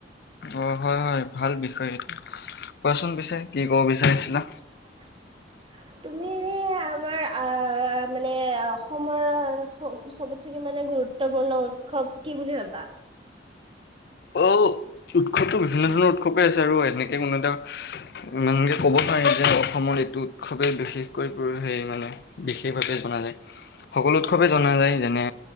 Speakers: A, on the left (about 60°); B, on the right (about 30°).
A: অ হয় হয় ভাল বিষয় এইটো কোৱাচোন পিছে কি ক'ব বিচাৰিছিলা
B: <unintelligible> তুমি এ আমাৰ আহ মানে অসমৰ চবতচে কি মানে গুৰুত্বপূৰ্ণ উৎসৱ কি বুলি ভাবা
A: অ উৎসৱটো বিভিন্ন ধৰণৰ উৎসৱেই আছে আৰু এনেকে কোনো এটা উম এনেকে ক'ব নোৱাৰি যে অসমৰ এইটো উৎসৱেই বিশেষকৈ সেই মানে বিশেষভাৱে জনা যায় সকলো উৎসৱে জনা যায় যেনে